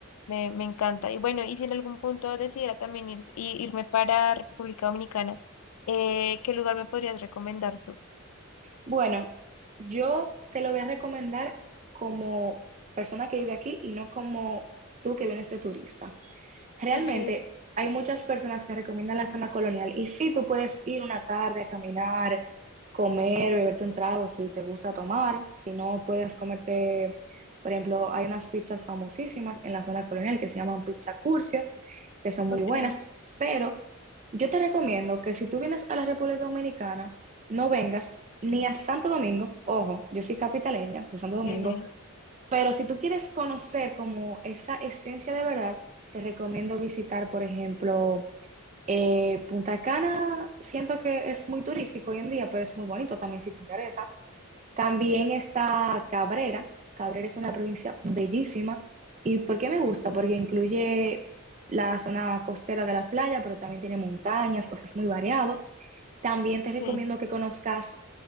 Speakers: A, on the left; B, on the right.
A: Me, me encanta. Y bueno, y si en algún punto decidiera también ir, i- irme para República Dominicana, eh, ¿qué lugar me podrías recomendar tú?
B: Bueno, yo te lo voy a recomendar como persona que vive aquí y no como tú que vienes de turista. realmente
A: Ok,
B: hay muchas personas que recomiendan la zona colonial y sí, tú puedes ir una tarde a caminar, comer, beberte un trago si te gusta tomar, si no puedes comerte, por ejemplo, hay unas pizzas famosísimas en la zona colonial que se llaman pizza curcio, que son muy
A: ok,
B: buenas, pero yo te recomiendo que si tú vienes a la República Dominicana, no vengas ni a Santo Domingo, ojo, yo soy capitaleña de Santo Domingo,
A: eh,
B: pero si tú quieres conocer como esa esencia de verdad, te recomiendo visitar, por ejemplo, eh, Punta Cana. Siento que es muy turístico hoy en día, pero es muy bonito también si te interesa. También está Cabrera. Cabrera es una provincia bellísima. ¿Y por qué me gusta? Porque incluye la zona costera de la playa, pero también tiene montañas, o sea, es muy variado. También te
A: sí.
B: recomiendo que conozcas